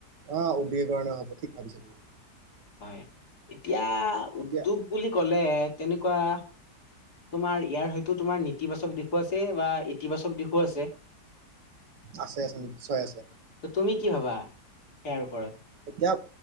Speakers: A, on the right; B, on the left.
A: অঁ, উদ্যোগিকৰণে হব ঠিক ভাবিছা তুমি।
B: হয়, এতিয়া উদ্যোগ
A: এতিয়া
B: বুলি কলে তেনেকুৱা- তোমাৰ ইয়াৰ হয়তো, তোমাৰ নেতিবাচক দিশো আছে বা ইতিবাচক দিশো আছে।
A: আছে, আছে, নিশ্চয় আছে।
B: তুমি কি ভাবা, সেইয়াৰ ওপৰত?
A: এতিয়া,